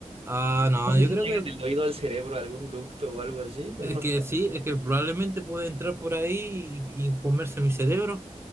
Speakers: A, on the right; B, on the right.
A: Ah, no,
B: No sé
A: yo
B: si
A: creo
B: llegue
A: que
B: del oído al cerebro algún ducto o algo así, pero
A: es
B: no
A: que
B: creo.
A: sí, es que probablemente puede entrar por ahí y, y comerse mi cerebro.